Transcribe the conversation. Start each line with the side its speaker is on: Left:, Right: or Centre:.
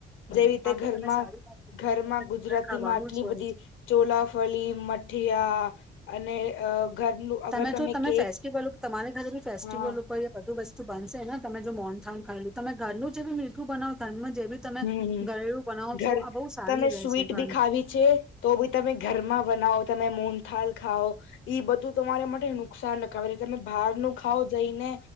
Left: જે રીતે
Centre: આ તો
Left: ઘરમાં
Centre: તમે સારી વાત કીધી
Left: ઘરમાં ગુજરાતીમાં
Centre: તમારે ખાવાનું
Left: આટલી
Centre: જ હોય
Left: બધી
Centre: છે
Left: ચોલાફળી, મઠિયા અને અ ઘરનું અગર
Centre: તમે જો તમે
Left: કેક
Centre: ફેસ્ટિવલ ઉપ તમારી ઘરે બી ફેસ્ટિવલ
Left: હા
Centre: ઉપર બધું વસ બનશે ને તમે જો મૌન થાવ ખાયલું તમે ઘરનું જેવું મીઠું બનાવો ઘરનું જે બી તમે
Left: હમ
Centre: ઘરેલું બનાવો
Left: ઘર
Centre: છો આ બહુ સારી
Left: તમે
Centre: રહેશે
Left: સ્વીટ
Centre: ઘરનું
Left: બી ખાવી છે તો બી તમે ઘરમાં બનાવો તમે મોનથાલ ખાવો ઈ બધું તમારા માટે નુકસાન નખાવે તમે બહાર નું ખાઓ જઈને